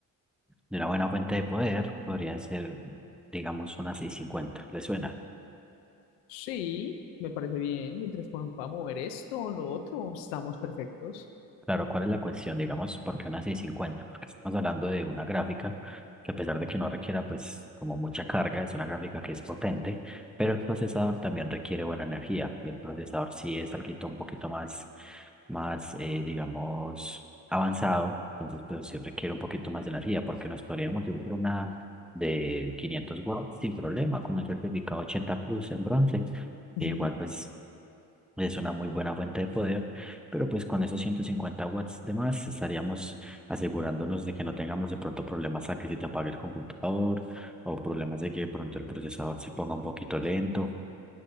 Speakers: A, in the centre; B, on the left.
A: de una buena fuente de poder, podría ser, digamos, una 650. ¿Le suena?
B: Sí, me parece bien. Mientras pueda pueda mover esto o lo otro, estamos perfectos.
A: Claro, ¿cuál es la cuestión? Digamos, ¿por qué una 650? Porque estamos hablando de una gráfica que a pesar de que no requiera pues como mucha carga, es una gráfica que es potente, pero el procesador también requiere buena energía y el procesador sí es algo un poquito más, más eh, digamos, avanzado, entonces pues sí requiere un poquito más de energía porque nos podríamos ir por una de 500 watts sin problema con un certificado 80 Plus en bronce,
B: Ujú.
A: que igual pues es una muy buena fuente de poder, pero pues con esos 150 watts de más estaríamos asegurándonos de que no tengamos de pronto problemas a que se te apague el computador o problemas de que de pronto el procesador se ponga un poquito lento,